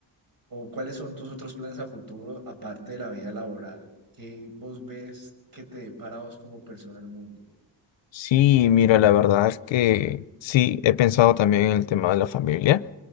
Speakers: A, on the right; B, on the left.
A: ¿O cuáles son tus otros planes a futuro, aparte de la vida laboral? ¿Qué vos ves que te depara a vos como persona el mundo?
B: Sí, mira, la verdad es que sí, he pensado también en el tema de la familia.